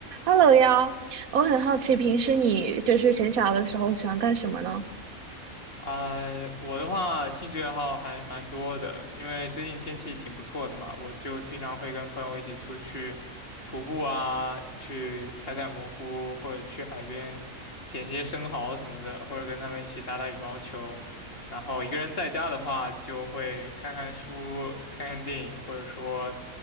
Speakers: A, on the right (about 85°); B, on the left (about 45°).
A: Hello 呀，我很好奇，平时你就是闲暇的时候喜欢干什么呢？
B: 啊、我的话兴趣爱好还蛮多的，因为最近天气挺不错的嘛，我就经常会跟朋友一起出去徒步啊，去采采蘑菇，或者去海边捡一些生蚝什么的，或者跟他们一起打打羽毛球。然后一个人在家的话，就会看看书、看看电影，或者说